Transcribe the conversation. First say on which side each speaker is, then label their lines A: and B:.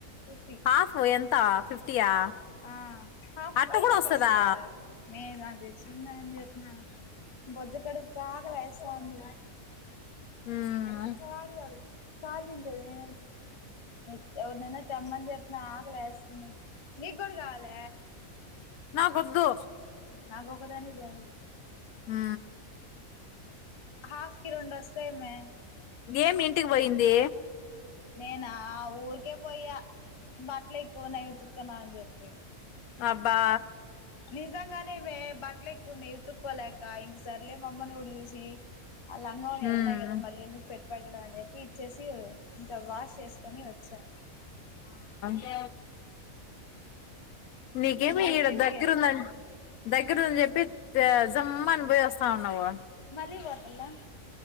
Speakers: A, on the left; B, on the left.
A: ఫఫ్టీ
B: హాఫ్ ఎంత ఫిఫ్టీయా
A: ఆ హఫ
B: అట్ట
A: ఫైడ్
B: కూడా
A: రైస్
B: వస్తదా
A: వస్తుద మేాన్నతు బొద్జు కడుపు కాగాలా ఎస్తా ఉంది
B: ఉమ్
A: అ కారు అదు చజ నేనే మీ ఎవరినైనా తెమ్మని చెప్పిన ఆకలి వేస్తుంది నీకు కూడా కావాల
B: నా గద్దు
A: నాకు ఒకదాని జరి
B: హ
A: హాఫ్ కిలోడిస్తామే
B: ఉ ఏమింటి కి పోయింది
A: నేనా ఆ ఊరికే పోయి బట్టలు ఎక్కువ న ఉతుకున్నా అని చెప్పి
B: అబ్బా
A: నిజాంగానే మే బట్టట్లే ఉన్నాయి ఉతుకుకోలేక ఇంగా సర్లే అని మా అమ్మ ని పిలిచి అల్ల అమ్మయి
B: ఉమ్
A: <unintelligible> వి ఉన్నాయి కదా మళ్ళీ ఎందుకు పెట్టండి అనేసి ఇచ్చేసా ఇంకా వాష్ చేసుకొని వచ్చా
B: ఏ <inaudible> నీకేమి
A: నువ్వు
B: ఇక్కడ
A: ఎప్పుడు ఇంటికి
B: దగ్గరుందని దగ్గరుని చెప్పి జమ్మని బోయి వస్తాన్నావు
A: పలిగెత్తల్ల